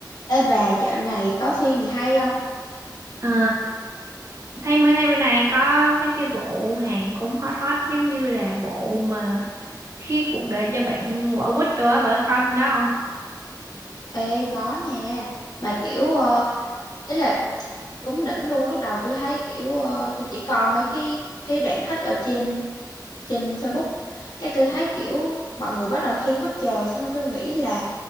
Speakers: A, on the left; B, on the right.
A: Ê bà dạo này có phim gì hay không?
B: Ờ, thấy mấy nay bên này có mấy cái bộ hàng cũng hot hot giống như là bộ mà khi cuộc đời cho bạn quả quýt rồi á bạn có coi phim đó không?
A: Ê có nha Mà kiểu uh, ý là đúng đỉnh luôn Lúc đầu tôi thấy kiểu ờ, tôi chỉ coi mấy cái cái đoạn khách ở trên trên Facebook Cái tôi thấy kiểu mọi người bắt đầu khen quá trời Xong rồi tôi nghĩ là